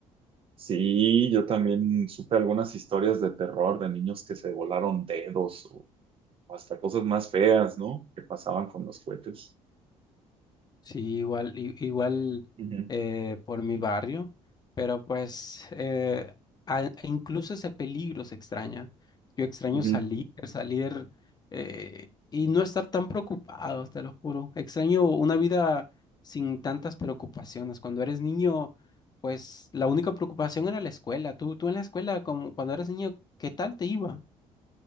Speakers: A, on the right (about 45°); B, on the left (about 35°).
A: Sí, yo también supe algunas historias de terror de niños que se volaron dedos o o hasta cosas más feas, ¿no? Que pasaban con los cohetes.
B: Sí, igual, i- igual
A: Ujú.
B: eh, por mi barrio, pero pues eh, a- e incluso ese peligro se extraña. Yo extraño
A: Ujú.
B: salir, salir eh, y no estar tan preocupado, te lo juro. Extraño una vida sin tantas preocupaciones. Cuando eres niño, pues la única preocupación era la escuela. Tú, tú en la escuela, como cuando eras niño, ¿qué tal te iba?